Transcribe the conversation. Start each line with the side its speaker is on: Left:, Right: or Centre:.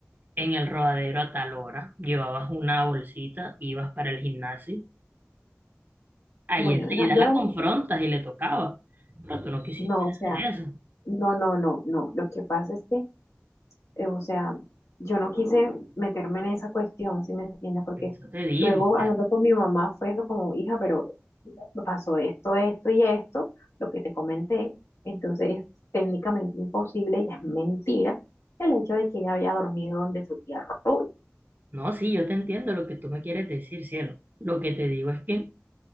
Right: en el rodadero a tal hora, llevabas una bolsita, ibas para el gimnasio, ahí
Left: Bueno,
Right: enseguida
Left: no, yo
Right: la
Left: realmente,
Right: confrontas y le tocaba. Pero tú no quisiste
Left: no, o sea,
Right: hacer eso.
Left: no, no, no, no. Lo que pasa es que, eh, o sea, yo no quise meterme en esa cuestión, si me entiendes? Porque
Right: Por eso te digo.
Left: luego hablando con mi mamá fue eso como, hija, pero pasó esto, esto y esto, lo que te comenté, entonces es técnicamente imposible y es mentira el hecho de que ella había dormido donde su tía Ruby,
Right: No, sí, yo te entiendo lo que tú me quieres decir, cielo. Lo que te digo es que